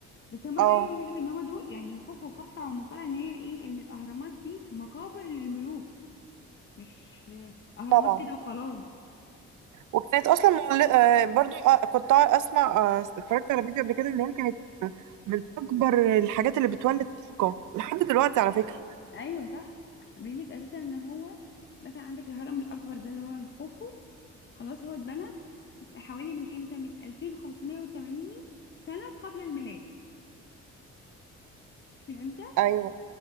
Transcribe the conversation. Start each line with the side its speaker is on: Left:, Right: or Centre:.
Left: بس هما
Right: اه
Left: بقى بيقولوا ان هما دول يعني خوف وخفرع ومقالة ان هي ايه ان الاهرامات دي مقابر للملوك مش اهرامات
Right: طبعا
Left: كده وخلاص
Right: وكانت اصلا مغل... آه، برضو آه، كنت اسمع آه، اتفرجت على فيديو قبل كده ان هي كانت آه، من اكبر الحاجات اللي بتولد طاقه لحد دلوقتي على فكره
Left: ايوه صح بيقول لك اساسا ان هو مثلا عندك الهرم الاكبر ده اللي هو خوفو خلاص هو اتبنى حوالي من امتى من 2580 سنة قبل الميلاد مش من امتى
Right: ايوه